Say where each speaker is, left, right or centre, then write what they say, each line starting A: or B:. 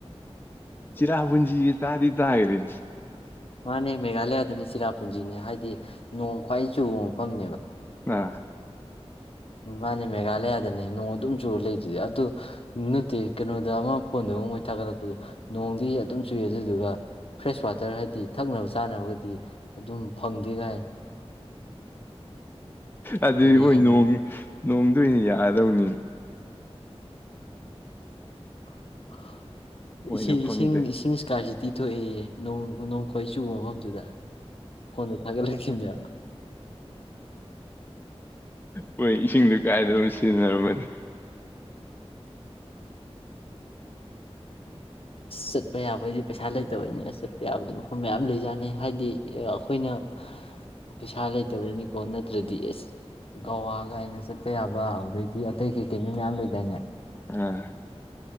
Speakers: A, on the left; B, on the left.
A: ꯆꯤꯔꯄꯨꯨꯟꯖꯤꯖꯦ ꯇꯗꯤ ꯇꯒꯔꯦ
B: ꯃꯥꯅꯦ ꯃꯦꯘꯥꯂꯌꯥ ꯗꯅꯦ ꯁꯤꯔꯥꯄꯨꯟꯖꯤ ꯅꯦ ꯍꯥꯏꯗꯤ ꯅꯣꯡ ꯈ꯭ꯋꯥꯏ ꯆꯨꯕ ꯃꯐꯝꯅꯦꯕ
A: ꯑꯥ
B: ꯃꯥꯅꯤ ꯃꯦꯘꯂꯌꯥ ꯅꯦ ꯅꯣꯡ ꯑꯗꯨꯝꯁꯨ ꯂꯩꯗꯨꯗꯤ ꯑꯗꯨ ꯅꯠꯇꯦ ꯀꯩꯅꯣꯗ ꯑꯃ ꯐꯣꯟꯗ ꯑꯃ ꯃꯣꯏ ꯊꯥꯒꯠꯂꯛꯄꯗꯣ ꯅꯣꯡꯗꯤ ꯑꯗꯨꯨꯝ ꯆꯨꯏ ꯑꯗꯨꯗꯨꯒ ꯐ꯭ꯔꯦꯁ ꯋꯥꯇꯔ ꯍꯥꯏꯗꯤ ꯊꯛꯅꯕ ꯆꯥꯅꯕꯒꯗꯤ ꯑꯗꯨꯝ ꯐꯪꯗꯦ ꯀꯥꯏ
A: ꯑꯗꯨꯗꯤ
B: ꯀꯔꯤ
A: ꯃꯣꯏ
B: ꯍꯥꯏꯅꯣ
A: ꯅꯣꯡ ꯅꯣꯡꯗꯣꯏ ꯑꯣꯏꯅ ꯌꯥꯗꯧꯅꯤ
B: <unintelligible>
A: ꯃꯣꯏꯅ
B: ꯏꯁꯤꯡ
A: ꯐꯪꯗꯦ
B: ꯏꯁꯤꯡ ꯏꯁꯤꯡ ꯏꯁꯀꯥꯏ ꯇꯤ ꯊꯣꯛꯑꯦꯌꯦ ꯅꯣꯡ ꯈ꯭ꯋꯥꯏ ꯆꯨꯕ ꯃꯐꯝꯗꯨꯗ ꯐꯣꯟꯗ ꯊꯥꯒꯠꯂꯛꯈꯤ ꯕꯥꯅꯦ
A: ꯍꯣꯏ ꯏꯁꯤꯡꯗ ꯀꯥꯏꯗꯅ ꯁꯤꯖꯤꯟꯅꯔꯝꯃꯅꯤ
B: ꯆꯠꯄ ꯌꯥꯕꯩꯗꯤ ꯄꯩꯁꯥ ꯂꯩꯇꯕꯅꯤ ꯆꯠꯄ ꯌꯥꯕꯗꯤ ꯃꯐꯝ ꯃꯌꯥꯝ ꯂꯩꯖꯥꯅꯤ ꯍꯥꯏꯗꯤ ꯑꯩꯈꯣꯏꯅ ꯄꯩꯁꯥ ꯂꯩꯇꯕꯩꯅꯤ ꯀꯣ ꯅꯠꯇ꯭ꯔꯗꯤ ꯑꯦꯁ ꯒꯋꯥ ꯒꯥꯏꯅ ꯆꯠꯄ ꯌꯥꯕ ꯂꯩꯗꯤ ꯑꯇꯩ ꯀꯩ ꯀꯩꯅꯣ ꯃꯌꯥꯝ ꯂꯩ ꯗꯥꯏꯅꯦ
A: ꯑꯥ